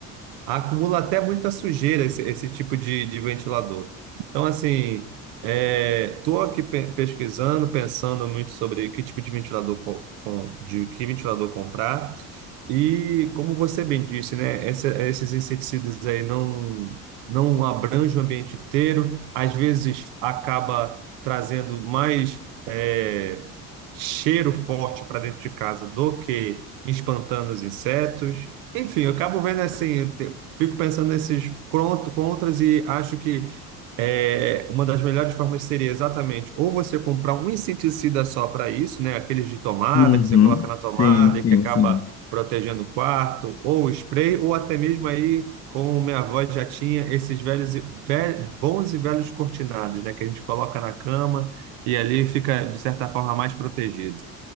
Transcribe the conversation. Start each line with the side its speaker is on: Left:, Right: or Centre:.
Right: acumula até muita sujeira esse, esse tipo de, de ventilador. Então, assim, estou aqui pe- pesquisando, pensando muito sobre que tipo de ventilador co- com, de que ventilador comprar. E como você bem disse, né, essa- esses inseticidas aí não não abrangem o ambiente inteiro, às vezes acaba trazendo mais é, cheiro forte para dentro de casa do que espantando os insetos. Enfim, eu acabo vendo assim, fico pensando nesses cron- contras e acho que é, uma das melhores formas seria exatamente ou você comprar um inseticida só para isso, né? Aqueles de tomada
Left: Uhum.
Right: que você coloca na tomada
Left: Sim, sim,
Right: e que acaba
Left: sim.
Right: protegendo o quarto, ou spray, ou até mesmo aí, como minha avó já tinha, esses velhos, e- ve- bons e velhos cortinados, né? Que a gente coloca na cama e ali fica, de certa forma, mais protegido.